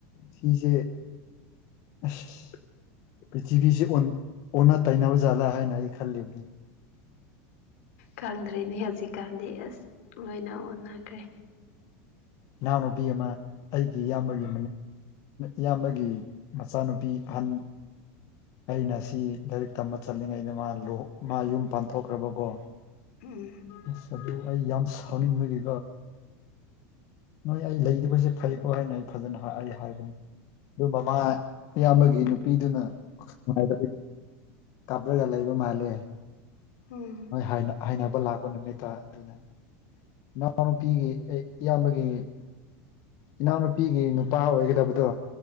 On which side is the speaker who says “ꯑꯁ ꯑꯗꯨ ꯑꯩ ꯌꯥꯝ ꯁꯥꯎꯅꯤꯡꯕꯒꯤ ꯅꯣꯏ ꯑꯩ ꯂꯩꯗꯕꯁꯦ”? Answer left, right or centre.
Left